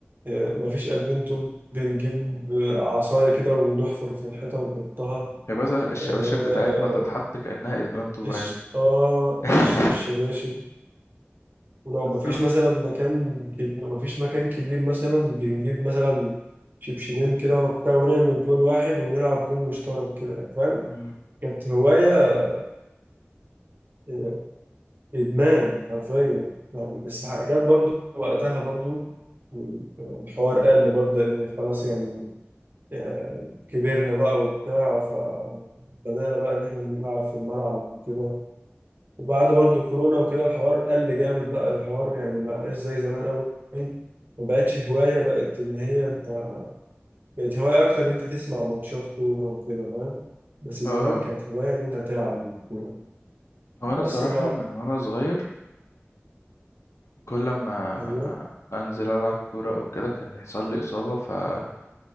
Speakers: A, on the right (about 45°); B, on the left (about 85°).
A: إيه، مفيش قلبين طوب بنجيب آه، عصايه كده ونحفر في الحيطه ونحطها
B: يا باشا الشباشب
A: آه آه،
B: بتاعتنا تتحط كأنها قلبان طوب
A: آه، إيش-
B: عادي
A: آه،
B: <laughs>
A: إيش- الشباشب ولو
B: بالظبط
A: مفيش مثلا مكان كب- لو مفيش مكان كبير مثلا بنجيب مثلا شبشبين كده وبتاع ونعمل جول واحد ونلعب جول مشترك كده فاهم
B: مم.
A: كانت هواية آه، إدمان حرفيا يعني بس ح- جت برضو وقتها برضو الحوار قل برضه لأن خلاص يعني آه، كبرنا بقى وبتاع فبدأنا بقى إن إحنا نلعب في الملعب وكده وبعد برضه الكورونا وكده الحوار قل جامد بقى الحوار يعني ما بقاش زي زمان قوي ما بقتش هواية بقت إن هي أنت بقت هواية أكتر إن أنت تسمع ماتشات كورة وكده فاهم بس زمان
B: اه
A: كانت هواية إن أنت تلعب الكورة
B: هو
A: بس
B: انا صراحة
A: ف
B: من وانا صغير كل ما
A: أيوه
B: انزل العب كورة او كده كان يحصل لي اصابة فعشان